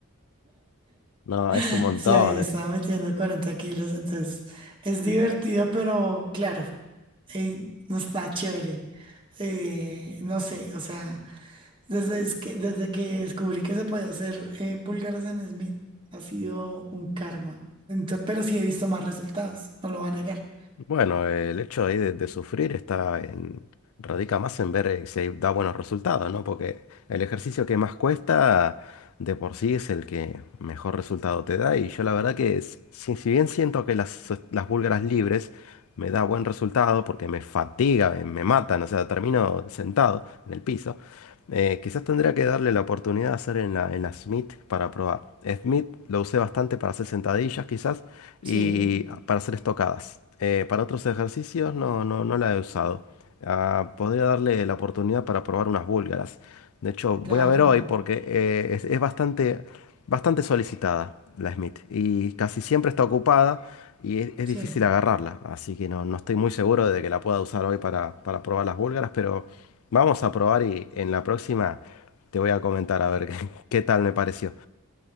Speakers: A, on the left; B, on the right.
A: No, es
B: <laughs>
A: un montón
B: sí, ahí estaba
A: eso.
B: metiendo cuarenta kilos. Entonces, es divertido, pero claro, eh, no está chévere. Eh, no sé, o sea, desde es que, desde que descubrí que se podía hacer eh, búlgaras en Smith, ha sido un karma. Entonces, pero sí he visto más resultados, no lo voy a negar.
A: Bueno, eh, el hecho ahí de, de sufrir está en, radica más en ver eh, si hay- da buenos resultados, ¿no? Porque el ejercicio que más cuesta de por sí es el que mejor resultado te da. Y yo la verdad que s- si, si bien siento que las, so, las búlgaras libres me da buen resultado porque me fatiga, me, me matan, o sea, termino sentado en el piso, eh, quizás tendría que darle la oportunidad de hacer en la, en la Smith para probar. Smith lo usé bastante para hacer sentadillas quizás. y
B: Sí,
A: para hacer estocadas. Eh, para otros ejercicios no, no, no la he usado. Ah, podría darle la oportunidad para probar unas búlgaras. De hecho, voy
B: claro,
A: a ver hoy porque eh, es, es bastante, bastante solicitada la Smith y casi siempre está ocupada y es, es
B: sí.
A: difícil agarrarla. Así que no, no estoy muy seguro de que la pueda usar hoy para, para probar las búlgaras, pero vamos a probar y en la próxima te voy a comentar a ver <laughs> qué, qué tal me pareció.